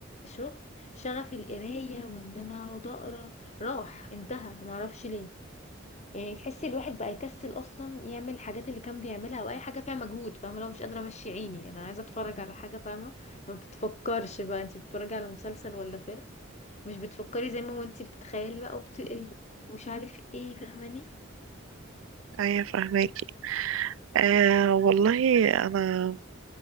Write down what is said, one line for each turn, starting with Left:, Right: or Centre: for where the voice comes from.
Left: شغل شغف القرايه وان انا اقعد اقرا راح انتهى ما اعرفش ليه يعني تحسي الواحد بقى يكسل اصلا يعمل الحاجات اللي كان بيعملها او اي حاجه فيها مجهود فاهمه لو مش قادره امشي عيني يعني انا عايزه اتفرج على حاجه فاهمه ما بتفكرش بقى انت بتتفرجي على مسلسل ولا فيلم مش بتفكري زي ما هو انت بتتخيلي بقى وبتقري ومش عارف ايه فاهماني
Right: أيوة فاهماكي آه والله أنا